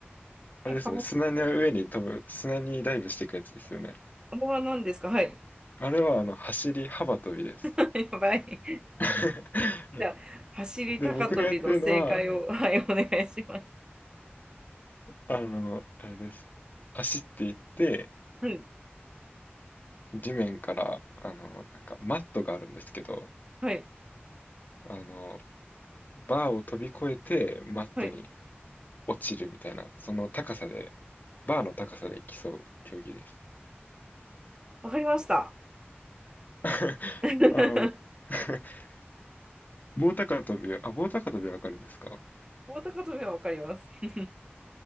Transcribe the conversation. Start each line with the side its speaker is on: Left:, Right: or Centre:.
Left: あれですね、
Right: 幅、
Left: 砂の上に飛ぶ、砂にダイブしていくやつですよね。
Right: 幅は何ですかはい。
Left: あれは、あの、走り幅跳びです。
Right: <laughs> やばい。
Left: <laughs> はい
Right: じゃあ、走り高跳びの正解を、
Left: で、僕がやってるのは、
Right: はい、お願いします。
Left: あの、あれです。走っていって、
Right: はい、
Left: 地面から、あの、なんか、マットがあるんですけど、
Right: はい、
Left: あの、バーを飛び越えて、マットに
Right: はい。
Left: 落ちるみたいな、その高さで、バーの高さで競う競技です。
Right: わかりました。
Left: <laughs>
Right: <laughs>
Left: あの、<laughs> 棒高跳びは、あ、棒高跳びはわかるんですか
Right: 棒高跳びはわかります。<laughs>